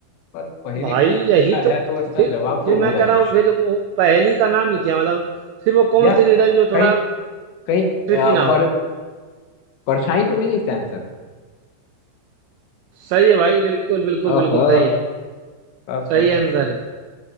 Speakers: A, on the left (about 80°); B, on the right (about 85°).
A: पर पहेली
B: भाई
A: तुमने पूछा
B: यही तो
A: है तो इसका
B: फिर
A: जवाब
B: फिर
A: तो होगा
B: मैं कह
A: कुछ
B: रहा हूँ फिर वो पहेली का नाम ही क्या मतलब फिर वो कौन
A: यार
B: सी रिडल जो थोड़ा
A: कहीं कहीं
B: ट्रिकी
A: आ,
B: ना
A: पर,
B: हो
A: परछाई तो नहीं है इसका आंसर
B: सही है भाई बिल्कुल बिल्कुल
A: ओह
B: बिल्कुल सही है
A: तब
B: सही
A: तब
B: आंसर है